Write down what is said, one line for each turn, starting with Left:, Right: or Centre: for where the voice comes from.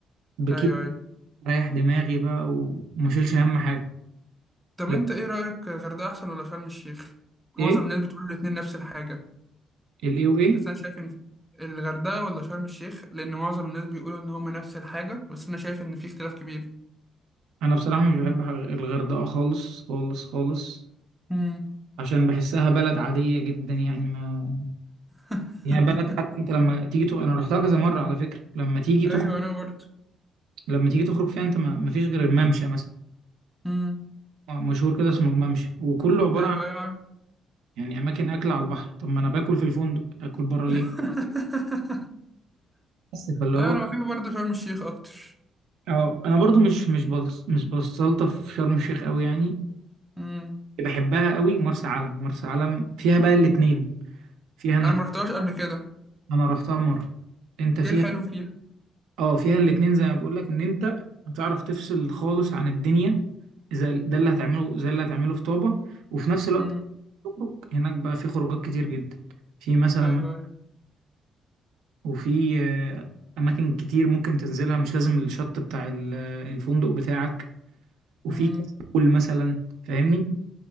Right: بكيف
Centre: ايوه ايوه
Right: ريح دماغي بقى وما اشيلش اهم حاجه
Centre: طب
Right: لا
Centre: انت ايه رأيك الغردقة احسن ولا شرم الشيخ معظم
Right: ايه
Centre: الناس بتقول الاتنين نفس الحاجة
Right: الايه وايه
Centre: بس انا شايف ان في- الغردقة ولا شرم الشيخ لان معظم الناس بيقولوا ان هما نفس الحاجة بس انا شايف ان في اختلاف كبير
Right: انا بصراحه مش بحب ح- الغردقه خالص خالص خالص
Centre: مم.
Right: عشان بحسها بلد عاديه جدا يعني ما
Centre: <laughs>
Right: يعني هي بلد حتى انت لما تيجي تخ... انا رحتها كذا مره على فكره لما تيجي تخ...
Centre: ايوه انا برضه
Right: لما تيجي تخرج فيها انت ما... ما فيش غير الممشى مثلا
Centre: مم.
Right: م- مشهور كده اسمه الممشى وكله عباره
Centre: ايوه
Right: عن
Centre: ايوه عارف.
Right: يعني اماكن اكل على البحر طب ما انا باكل في الفندق اكل بره ليه
Centre: <laughs>
Right: بس فاللي
Centre: ايوه
Right: هو
Centre: انا بحب برضه شرم الشيخ اكتر
Right: اه انا برضو مش مش بلص... مش بستلطف في شرم الشيخ قوي يعني
Centre: مم.
Right: بحبها قوي مرسى علم مرسى علم فيها بقى الاتنين فيها انك
Centre: انا ما رحتهاش قبل كده
Right: انا رحتها مرة انت فيها
Centre: ايه الحلو فيها
Right: اه فيها الاتنين زي ما بقول لك ان انت هتعرف تفصل خالص عن الدنيا زي ده اللي هتعمله زي اللي هتعمله في طابة وفي نفس الوقت
Centre: مم.
Right: تخرج هناك بقى في خروجات كتير جدا في مثلا
Centre: ايوه ايوه
Right: وفي آه، اماكن كتير ممكن تنزلها مش لازم الشط بتاع ال- آه، الفندق بتاعك وفي
Centre: مم.
Right: كاس مثلا فاهمني